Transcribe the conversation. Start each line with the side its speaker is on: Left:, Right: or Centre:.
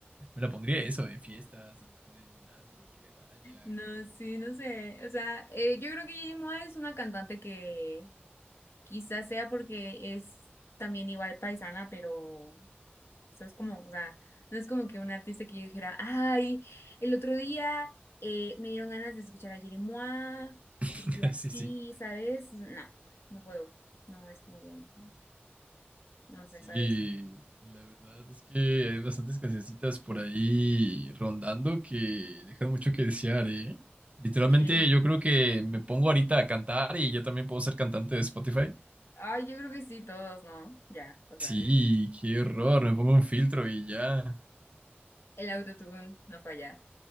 Right: me lo pondría eso en fiestas, a lo mejor en un antro que vaya.
Left: No,
Right: que-
Left: sí, no sé. O sea, eh, yo creo que Yeri Moa es una cantante que quizás sea porque es también igual paisana, pero O sea, es como, o sea, no es como que un artista que yo dijera, ay, el otro día eh, me dieron ganas de escuchar a Jerry Mois
Right: <laughs>
Left: y así,
Right: Sí, sí.
Left: ¿sabes? No, no puedo. No, es como que, no sé,
Right: Sí,
Left: ¿sabes? <laughs>
Right: la verdad es que hay bastantes cancioncitas por ahí rondando que dejan mucho que desear, ¿eh? Literalmente
Left: Que,
Right: yo creo que me pongo ahorita a cantar y ya también puedo ser cantante de Spotify.
Left: ay, yo creo que sí, todos, ¿no? Ya, o sea,
Right: Sí, qué horror, me pongo un filtro y ya.
Left: el autotune no falla.